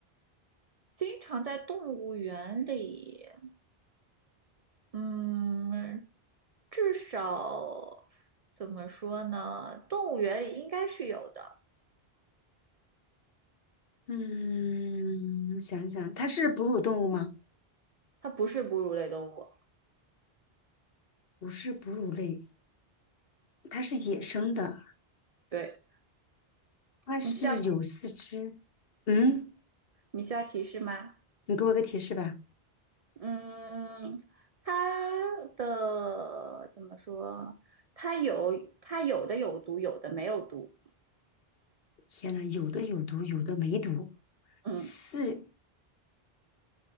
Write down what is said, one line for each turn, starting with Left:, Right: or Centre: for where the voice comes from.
Right: 经常在动物园里，嗯。至少怎么说呢？动物园里应该是有的，
Left: 嗯，想想，它是哺乳动物吗？
Right: 它不是哺乳类动物。
Left: 不是哺乳类，它是野生的，
Right: 对，
Left: 它是有四肢。
Right: 你需要
Left: 嗯，
Right: 你需要提示吗？
Left: 你给我个提示吧。
Right: 嗯，它的怎么说？它有它有的有毒，有的没有毒。
Left: 天呐，有的有毒，有的没毒。
Right: 嗯，
Left: 四